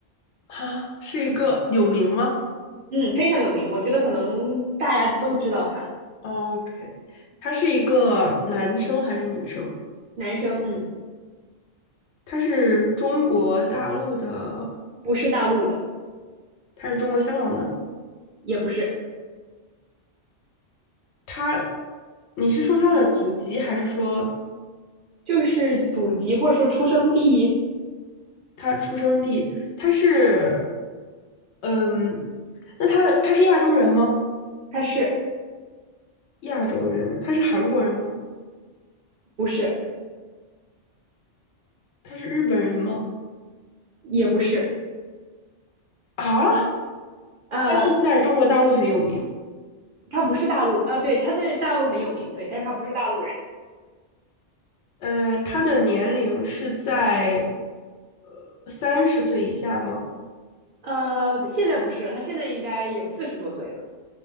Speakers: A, on the left; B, on the right.
A: 啊，是一个有名吗
B: 嗯，非常有名，我觉得可能大家都知道他，
A: 哦？OK，他是一个男生还是女生？
B: 男生，嗯，
A: 他是中国大陆的，
B: 不是大陆的，
A: 他是中国香港的。
B: 也不是，
A: 他，你是说他的祖籍，还是说
B: 就是祖籍或者说出生地，
A: 他出生地，他是，嗯，那他他是亚洲人吗？
B: 他是
A: 亚洲人，他是韩国人吗？
B: 不是
A: 他是日本人吗？
B: 也不是，
A: 啊，
B: 呃，
A: 他是在中国大陆很有名。
B: 他不是大陆，呃，对，他在大陆很有名，对，但是他不是大陆人。
A: 呃，他的年龄是在呃三十岁以下吗？
B: 呃，现在不是了，他现在应该有四十多岁了。